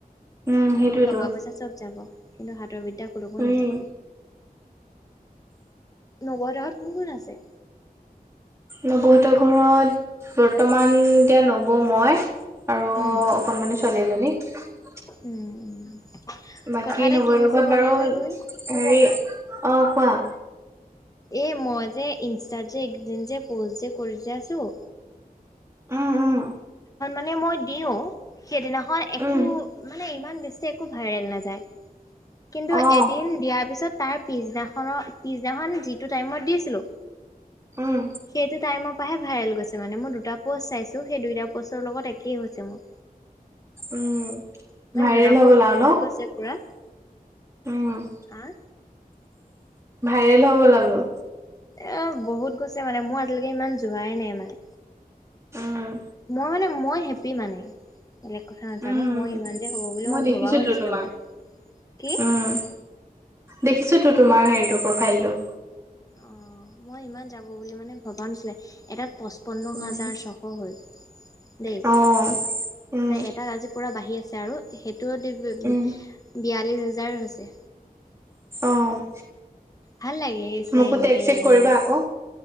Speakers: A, on the right (about 20°); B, on the left (about 20°).
A: উম, সেইটোৱেতো।
B: ধন টকা পইচা চব যাব। কিন্তু হাতৰ বি দ্যা কলৈকো
A: উম।
B: নাযায়। নৱৌ হতৰ ঘৰত কোন কোন আছে?
A: নৱৌহঁতৰ ঘৰত বৰ্তমান এতিয়া, নৱৌ মই আৰু
B: উম।
A: অকনমানি ছোৱালী এজনী। <unintelligible>
B: উম! উম!
A: বাকী
B: কথা এটা
A: নবৌ
B: কি
A: হঁতৰ
B: হৈছে
A: ঘৰত
B: জানানে
A: বাৰু
B: তুমি?
A: হেৰি, অ'! কোৱা?
B: এই মই যে ইনষ্টাত যে, এই কেইদিনযে পষ্ট যে কৰি যে আছোঁ
A: উম উম
B: মানে মই দিওঁ। সেইদিনাখন একো
A: উম
B: মানে, ইমান বেছি একো ভাইৰেল নাযায়। কিন্তু,
A: অ
B: এদিন দিয়াৰ পিছত তাৰ পিছদিনা খনৰ, পিছদিনাখন যিটো টাইমত দিছিলোঁ,
A: উম
B: সেইটো টাইমৰ পৰাহে ভাইৰেল হৈছে মানে। মোৰ দুটা পোষ্ট চাইছোঁ। সেই দুইটা পোষ্টৰ লগত একেই হৈছে মোৰ।
A: উম
B: মানে,
A: ভাইৰেল
B: দুটা
A: হৈ
B: পোষ্ট
A: গ'ল আৰু
B: ভাইৰেল
A: ন
B: হৈছে পুৰা।
A: উম
B: আঁ!
A: ভাইৰেল হৈ গ'লা বোলো।
B: এ, বহুত গৈছে মানে, মোৰ আজিলৈকে ইমান যোৱাই নাই মানে,
A: উম
B: মই মানে, মই হেপ্পী মানে। বেলেগ কথা নাজানোঁ,
A: উম
B: মই ইমান যে হ'ব বুলি
A: মই দেখিছোঁতো
B: ভবাও নাছিলো
A: তোমাক!
B: মানে কি
A: উম! দেখিছোঁতো তোমাৰ, হেৰিটো প্ৰফাইলটো।
B: অ'! মই ইমান যাব বুলি মানে, ভবা নাছিলে! এটাত পচ পচপন্ন
A: উম
B: হাজাৰ ছশ হ'ল, দেই।
A: অ উম
B: এটাত আজি পূৰা বাঢ়ি আছে। আৰু সেইট
A: উম
B: <unintelligible> বিয়াল্লিছ হাজাৰ হৈছে।
A: অ'!
B: ভাল লাগিছে
A: মোকো
B: এনেকে
A: টেগ -চেগ কৰিবা
B: মানে
A: আকৌ,